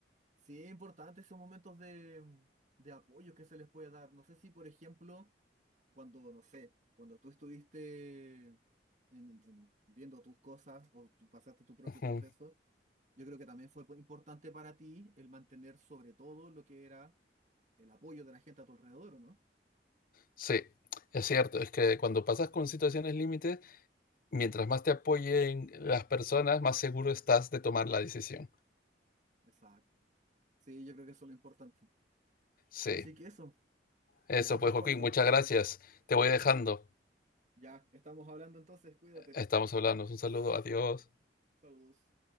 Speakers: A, on the right (about 45°); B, on the left (about 50°).
A: Sí, es importante esos momentos de, de apoyo que se les puede dar. No sé si, por ejemplo, cuando, no sé, cuando tú estuviste en- en- viendo tus cosas o tú pasaste tu propio
B: Ujú.
A: proceso, yo creo que también fue importante para ti el mantener sobre todo lo que era el apoyo de la gente a tu alrededor, ¿o no?
B: Sí, es cierto, es que cuando pasas con situaciones límites, mientras más te apoyen las personas, más seguro estás de tomar la decisión.
A: Exacto. Sí, yo creo que eso es lo importante.
B: Sí,
A: Así que eso,
B: eso
A: ya
B: pues
A: pues,
B: Joaquín,
A: Pablo
B: muchas gracias. Te voy dejando.
A: ya estamos hablando entonces, cuídate.
B: Estamos hablando. Un saludo, adiós.
A: Saludos.